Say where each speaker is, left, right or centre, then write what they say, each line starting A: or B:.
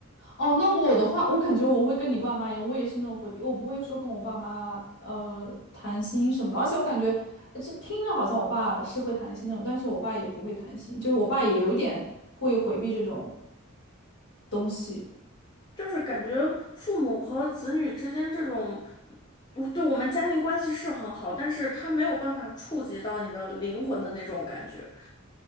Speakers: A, on the left; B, on the left.
A: 哦，那我的话，我感觉我会跟你爸妈一样，我也是那种回避，我不会说跟我爸妈呃谈心什么的，而且我感觉呃这听着好像我爸是会谈心那种，但是我爸也不会谈心，就是我爸也有一点会回避这种东西。
B: 就是感觉父母和子女之间这种，嗯对我们家庭关系是很好，但是他没有办法触及到你的灵魂的那种感觉。